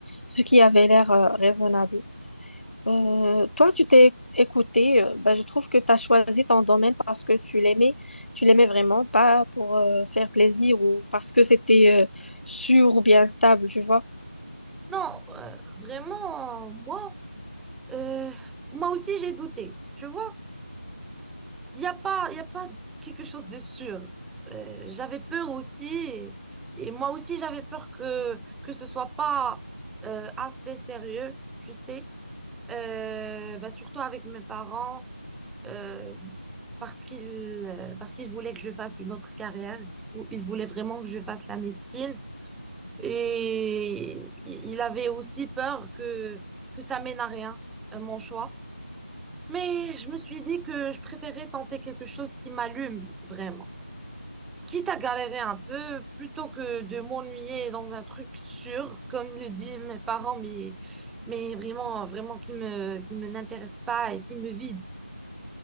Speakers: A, on the left (about 80°); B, in the centre.
A: ce qui avait l'air euh, raisonnable. Euh, toi, tu t'es écouté. euh, ben, je trouve que tu as choisi ton domaine parce que tu l'aimais, tu l'aimais vraiment, pas pour euh, faire plaisir ou parce que c'était euh, sûr ou bien stable, tu vois.
B: Non, euh, vraiment, moi, euh, moi aussi j'ai douté. Tu vois, il n'y a pas, il y a pas quelque chose de sûr. Euh, j'avais peur aussi, et, et moi aussi j'avais peur que que ce soit pas euh, assez sérieux, tu sais. Euh, bah, surtout avec mes parents. euh, parce qu'il euh, parce qu'il voulait que je fasse une autre carrière. Il, fou- il voulait vraiment que je fasse la médecine. Et i- il avait aussi peur que, que ça mène à rien, euh, mon choix. Mais je me suis dit que je préférais tenter quelque chose qui m'allume vraiment. Quitte à galérer un peu, plutôt que de m'ennuyer dans un truc sûr, comme le disent mes parents, mais, mais vraiment, vraiment qui me, qui me n'intéresse pas et qui me vide.